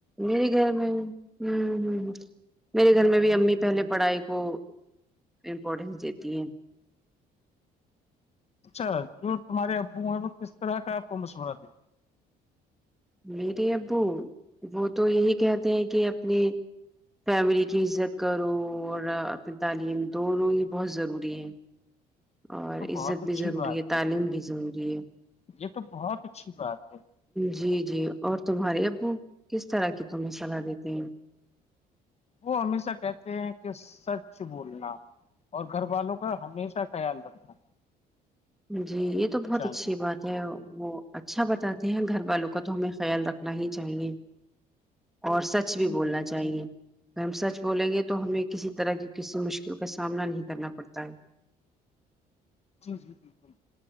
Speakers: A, in the centre; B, on the left (about 40°).
A: میرے گھر میں ہوں ہ ہ میرے گھر میں بھی امی پہلے پڑھائی کو امپورٹینس دیتی ہیں
B: اچھا جو تمہارے ابو ہیں وہ کس طرح کا آپ کو مشورہ دے
A: میرے ابو وہ تو یہی کہتے ہیں کہ اپنی فیملی کی عزت کرو اور پھر تعلیم دونوں ہی بہت ضروری ہیں اور
B: تو بہت
A: عزت
B: اچھی
A: بھی ضروری
B: بات
A: ہے تعلیم بھی ضروری ہے
B: یہ تو بہت اچھی بات ہے
A: جی جی اور تمہارے ابو کس طرح کی تمہیں صلاح دیتے ہیں
B: وہ ہمیشہ کہتے ہیں کہ سچ بولنا اور گھر والوں کا ہمیشہ خیال رکھنا
A: جی یہ تو بہت
B: چاہیے
A: اچھی بات وہ اچھا بتاتے ہیں گھر والوں کا تو ہمیں خیال رکھنا ہی چاہیے اور سچ بھی
B: جی
A: بولنا
B: بالکل
A: چاہیے ہم سچ بولیں گے تو ہمیں کسی طرح کی کسی مشکل کا سامنا نہیں کرنا پڑتا ہے
B: جی جی بالکل